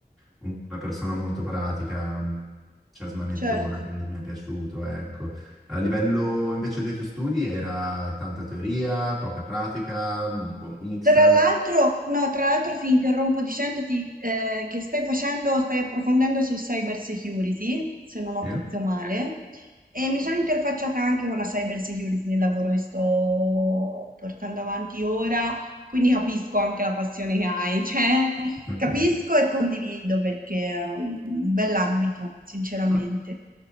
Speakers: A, in the centre; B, on the right.
A: una persona molto pratica, mhmm, cioè smanettona,
B: Certo.
A: quindi mi è piaciuto, ecco. A livello invece dei tuoi studi era tanta teoria, poca pratica, un buon mix.
B: Tra l'altro, no, tra l'altro ti interrompo dicendoti eh, che stai facendo, stai approfondendo sul cyber security, se non ho
A: Sì?
B: capito male, e mi sono interfacciata anche con la cyber security nel lavoro che sto portando avanti ora, quindi capisco anche la passione che hai, <laughs> cioè
A: Ok.
B: capisco e condivido perché è un bell'ambito, sinceramente.
A: Ma-